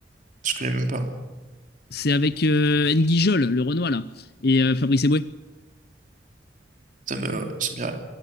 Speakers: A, on the right; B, on the left.
A: Je connais même pas.
B: C'est avec euh, N'Guy Jol, le Renoir là, et euh, Fabrice Eboué.
A: Ça me... Ouais, Ça me dit rien.